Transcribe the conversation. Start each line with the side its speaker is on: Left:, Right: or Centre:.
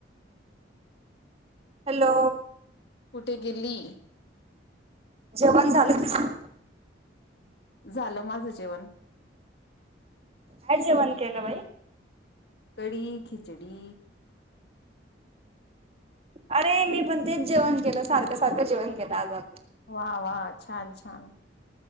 Right: हॅलो
Left: कुठे गेली
Right: जेवाण झालं तुझं
Left: झालं माझं जेवण
Right: का जवण केला बई
Left: कडी खिचडी
Right: अरे मी पण तेच जेवण केलं सारखं सारखं जेवण केलं आज आपण
Left: वा वा छान छान